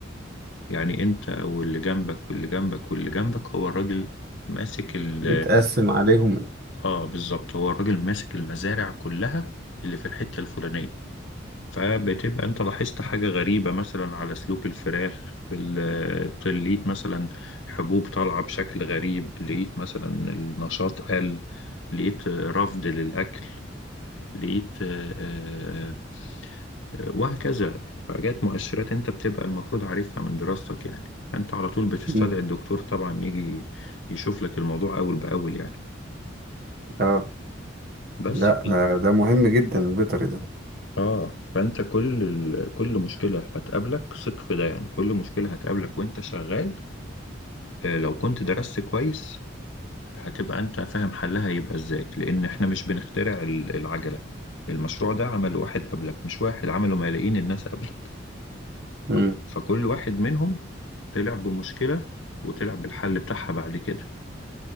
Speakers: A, on the left; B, on the right.
A: يعني انت واللي جنبك واللي جنبك واللي جنبك هو الراجل ماسك ال
B: بيتقسم عليهم
A: اه بالظبط هو الراجل ماسك المزارع كلها اللي في الحتة الفلانية فبتبقى انت لاحظت حاجة غريبة مثلا على سلوك الفراخ في ال- لقيت مثلا حبوب طالعة بشكل غريب لقيت مثلا النشاط قل لقيت رفض للأكل لقيت آه، آه، وهكذا حاجات مؤشرات انت بتبقى المفروض عارفها من دراستك يعني فانت على طول بتستدعي
B: مم.
A: الدكتور طبعا يجي يشوف لك الموضوع أول بأول يعني
B: اه
A: بس
B: لا آه، ده مهم جدا البيطري ده
A: اه فانت كل ال... كل مشكله هتقابلك ثق في ده يعني كل مشكله هتقابلك وانت شغال آه، لو كنت درست كويس هتبقى انت فاهم حلها هيبقى ازاي لان احنا مش بنخترع ال- العجله المشروع ده عمله واحد قبلك مش واحد عمله ملايين الناس قبلك
B: مم.
A: ف- فكل واحد منهم طلع بمشكله وطلع بالحل بتاعها بعد كده